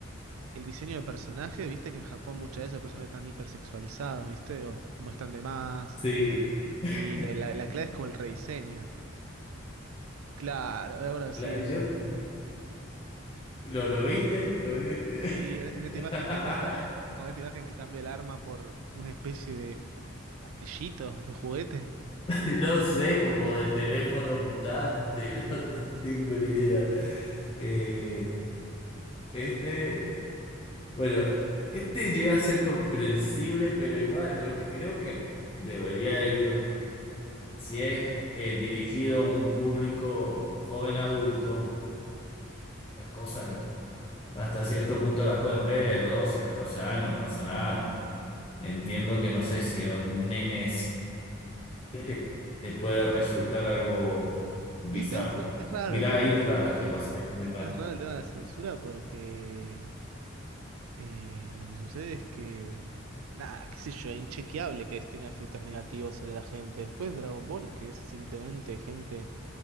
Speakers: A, on the right; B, on the left.
A: El diseño de personaje, viste que en Japón muchas veces los personajes están hipersexualizados, viste, o muestran de más.
B: sí. <laughs>
A: Y la, la clave es como el rediseño. Claro, ahora sí.
B: La- yo, ¿lo, lo viste? ¿Lo viste?
A: Sí, en en esta
B: <laughs>
A: imagen que muestran, con esta imagen que cambia el arma por una especie de martillito, de juguete.
B: <laughs> No sé, como de teléfono mutante, <laughs> no, no tengo ni idea. Eh, este, bueno, este llega a ser comprensible, pero igual lo que creo que debería ir, si es eh, dirigido a un público joven adulto, las cosas hasta cierto punto las pueden ver, 12, 14 años, no pasa nada. Entiendo que no sé si un nene te, te puede resultar algo bizarro.
A: Y pero es, es raro
B: Mira,
A: el tema
B: ahí
A: de la,
B: te la te pasé una imagen.
A: es raro el tema de la censura porque eh, lo que sucede es que, nada, qué sé yo, es inchequeable que tenga efectos negativos sobre la gente. Después Dragon Ball, que es simplemente gente